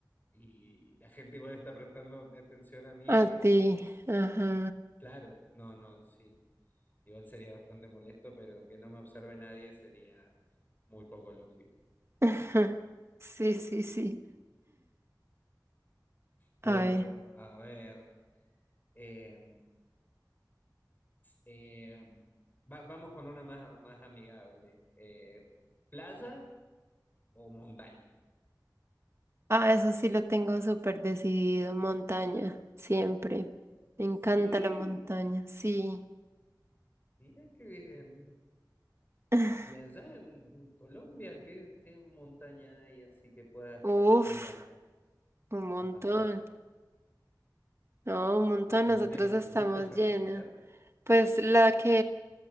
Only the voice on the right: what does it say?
A
ti,
ajá.
<laughs> ajá, Sí, sí, sí.
A ver.
Ah, eso sí lo tengo súper decidido. Montaña, siempre. Me encanta
la montaña, sí.
<laughs>
Uf,
un montón.
No, un montón.
Nosotros
estamos
llenos. Pues la que